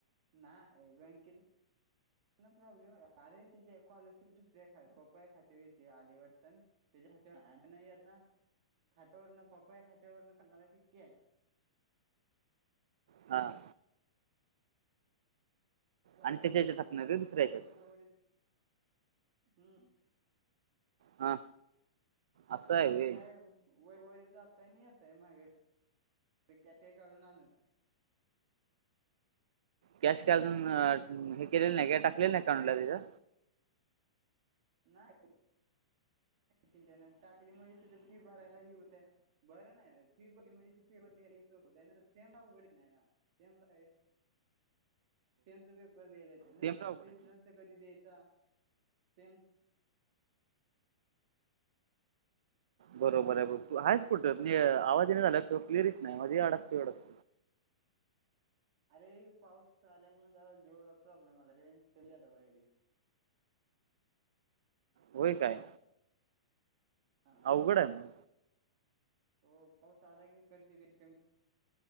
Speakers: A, on the right; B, on the right.
A: नाय बँकेत प्रॉब्लेम आहे अरे तिझ्यात स्कॉलरशिप दुसऱ्या एक हाय पप्पा खात्यात येती आली वाटतन. त्याच्या खात्या नाय येते ना खात्यावरन पप्पाच्या खात्यावरन करणार आहे की कॅश.
B: हां
A: <unintelligible>
B: आणि त्याच्या ह्याच्यात टाकणार
A: नुसत
B: का दुसऱ्या ह्याच्यात
A: वैभव वाडीत हम्म.
B: हा. असं आहे वे
A: ती काय वयवळीत जातय आणि येतय मागे तेकाय काढून आणत.
B: कॅश का अजून हे केलेलं नाही काय टाकलेलं नाय काय अकाउंटला तिझ्या.
A: नाय त्यान टाकली म्हणजे तिज फी भरायला हे होतय. बरं नाही फिबली म्हणजे ती फिबलीली शो होत आहे सेमला उघडी नाही ना सेमला आहे. सेमच पेपर द्यायला नंतर
B: सेम अवघड
A: सेशनचा
B: आहे.
A: कधी द्यायचा सेम
B: बरोबर आहे ब तु हयच कुट मंजे आवाज येईना झालाय क्लीयर येत नाही माझ अडकत वाडत
A: अरे पाऊस आल्यामुळे जरा जिओला प्रॉब्लेम आला रेंज कमी जादा व्हालय
B: होय काय
A: हा
B: अवघड आहे मग
A: हो पाऊस आला की इकडची रेंज कमी